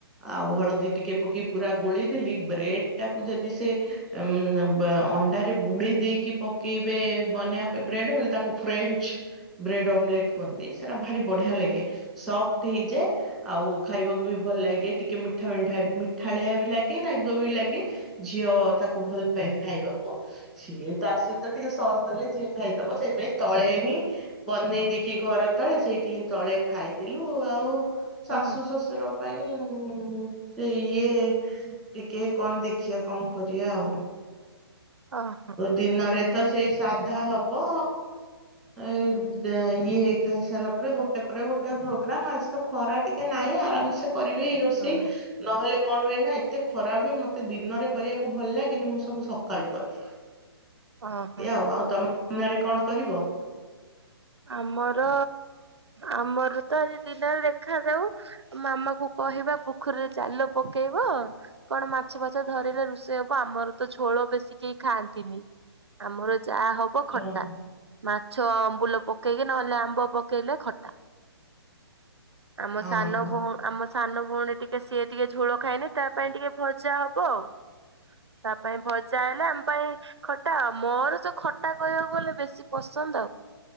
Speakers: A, in the centre; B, on the right.
A: ଆଉ ହଳଦୀ ଟିକେ ପକେଇ ପୁରା ଗୋଳିଦେଲି ବ୍ରେଡ ଟାକୁ ଯଦି ସେ ଅଣ୍ଡାରେ ବୁଡେଇ ଦେଇକି ପକେଇବେ ବନେଇବା ପାଇଁ ବ୍ରେଡ ତାକୁ ଫ୍ରେଞ୍ଚ। ବ୍ରେଡ ଅମଲେଟ କୁହନ୍ତି ସେଟା ଭାରି ବଢିଆ ଲାଗେ ସଫ୍ଟ ହେଇଯାଏ।। ଆଉ ଖାଇବାକୁବି ଭଲ ଲାଗେ ଟିକେ ମିଠା ମିଠା ମିଠାଳିଆବି ଲାଗେ ରାଗବି ଲାଗେ। ଝିଅ ତାକୁ ଭଲପାଏ ଖାଇବାକୁ।। ସିଏ ତା ସହିତ ଟିକେ ସସ୍ ଦେଲେ ଯିଏ ଖାଇଦବ ସେଇଥିପାଇଁ ତଳେହିଁ ବନେଇ ଦେଇକି ଘରତଳେ ସେଇଠି ହିଁ ତଳେ ଖାଇଦେଲୁ ଆଉ ଶାଶୁ
B: ହଁ
A: ଶ୍ୱଶୁର ନ। ପାଇଁ ସେ ଇଏ ଟିକେ କଣ ଦେଖିବା କଣ କରିବା ଆଉ
B: ଓହୋ।
A: ଦିନରେତ ସେଇ ସାଧାହବ। ଏ ଇଏ ଖାଇସାରିଲା ପରେ ଗୋଟେ ପରେ ଗୋଟେ ପ୍ରୋଗ୍ରାମ ଆଜିତ ଖରା ଟିକେ ନାହିଁ ଆରାମ ସେ କରିବି ରୋଷେଇ
B: ହଁ
A: ନହେଲେ କଣ ହୁଏନା ଏତେ ଖରା ହୁଏ ମତେ ଦିନରେ କରିବାକୁ ଭଲ ଲାଗେନି ମୁଁ ସବୁ ସକାଳୁ କରେ।
B: ଓହୋ।
A: ଏଇଆ ଆଉ କଣ ଆଉ ତମ ମନରେ କଣ କରିବ?
B: ଆମର ଆମରତ ଆଜି ଦିନରେ ଦେଖାଯାଉ ମାମାକୁ କହିବା ପୋଖରୀରେ ଜାଲ ପକେଇବ? କଣ ମାଛ ଫାଛ ଧରିଲେ ରୋଷେଇ ହବ ଆମରତ ଛୋଳ ବେଶୀ କେହି ଖାଆନ୍ତିନି। ଆମର ଯାହା ହବ ଓ ଖଟା
A: ଓହୋ।
B: ମାଛ ଆମ୍ବୁଲ ପକେଇକି ନହେଲେ ଆମ୍ବ ପକେଇଲେ ଖଟା। ଆମ
A: ଓହୋ
B: ସାନ ବୋହୁ ଆମ ସାନ ଭଉଣୀ ଟିକେ ସିଏ ଟିକେ ଝୋଳ ଖାଏନି ତାପାଇଁ ଟିକେ ଭଜାହବ ଆଉ ତାପାଇଁ ଭଜା ହେଲେ ଆମ ପାଇଁ ଖଟା ମୋର ସେ ଖଟା କହିବାକୁ ଗଲେଲେ ବେଶୀ ପସନ୍ଦ ଆଉ